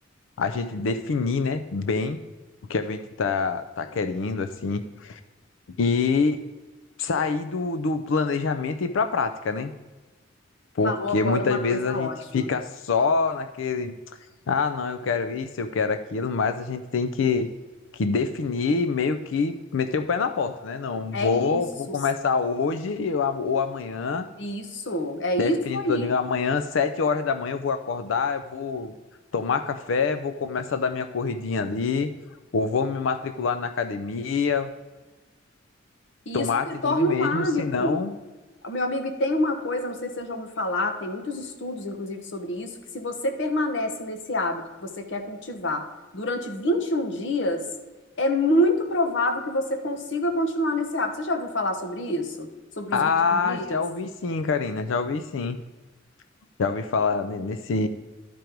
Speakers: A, on the left; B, on the left.
A: a gente definir, né, bem o que a gente tá, tá querendo assim e sair do, do planejamento e ir para a prática, né? Porque
B: Falou agora
A: muitas
B: uma
A: vezes
B: coisa
A: a gente
B: ótima.
A: fica só naquele, ah, não, eu quero isso, eu quero aquilo, mas a gente tem que que definir, meio que meter o pé na porta, né? Não,
B: É
A: vou
B: isso,
A: vou começar hoje ou a- ou amanhã.
B: isso, é isso
A: Definido
B: aí.
A: todinho. Amanhã, 7 horas da manhã, eu vou acordar, eu vou tomar café, vou começar a dar minha corridinha ali, ou vou me matricular na academia,
B: E
A: tomar
B: isso se
A: atitude
B: torna
A: mesmo,
B: um hábito.
A: senão.
B: Meu amigo, e tem uma coisa, não sei se você já ouviu falar, tem muitos estudos, inclusive, sobre isso, que se você permanece nesse hábito que você quer cultivar durante 21 dias, é muito provável que você consiga continuar nesse hábito. Você já ouviu falar sobre isso? Sobre
A: Ah,
B: os 21 dias?
A: já ouvi sim, Karina, já ouvi sim. Já ouvi falar ne- nesse,